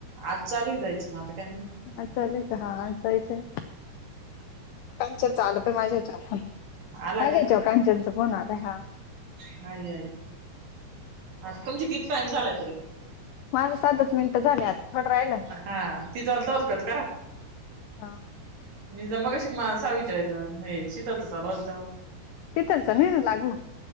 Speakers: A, on the right; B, on the left.
A: आज चालू जायचं मग आता काय माहि
B: हा चाले का हा जायचंय कांचनचं आलं पण माझ्याच्या फोन
A: आला
B: माझ्याच्याव कांचनचा फोन आलय हा
A: ह आय ह तुमचे किती टाइम झालाय तरी
B: माझं सात दच मिनट झाले आता थोडं राहिलं.
A: हा ती चालत हरकत का.
B: हा
A: मी ज मगा शिक माहा विचारयच हे शिकल तर लवालता
B: यथलसा नन लागला.